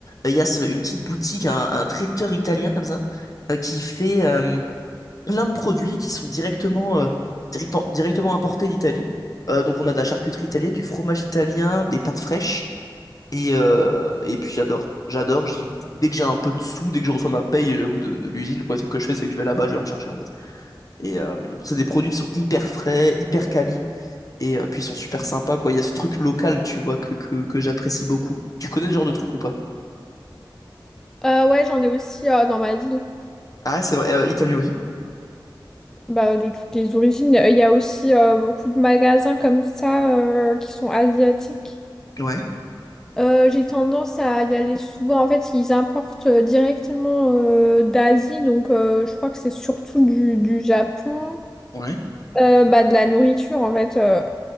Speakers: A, on the left; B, in the centre.
A: euh, il y a ce- une petite boutique un, un traiteur italien comme ça euh, qui fait euh, plein de produits qui sont directement euh, directement directement importés d'Italie. Euh, donc on a de la charcuterie italienne, du fromage italien, des pâtes fraîches. Et, euh, et puis j'adore. J'adore. j'y- Dès que j'ai un peu de sous, dès que je reçois ma paye, j'avoue, de, de l'usine, le premier truc que je fais, c'est que je vais là-bas, je vais en chercher en fait. Et euh, c'est des produits qui sont hyper frais, hyper quali, et euh, puis ils sont super sympas, quoi. Il y a ce truc local, tu vois, que, que, que j'apprécie beaucoup. Tu connais ce genre de truc ou pas?
B: Euh, ouais, j'en ai aussi euh, dans ma ville.
A: Ah, c'est vrai. Euh, italien aussi?
B: Bah, de toutes les origines. Il y a aussi euh, beaucoup de magasins comme ça euh, qui sont asiatiques.
A: Ouais,
B: Euh, j'ai tendance à y aller souvent. En fait, ils importent euh, directement euh, d'Asie, donc euh, je crois que c'est surtout du, du Japon,
A: ouais.
B: Euh, bah, de la nourriture en fait, euh,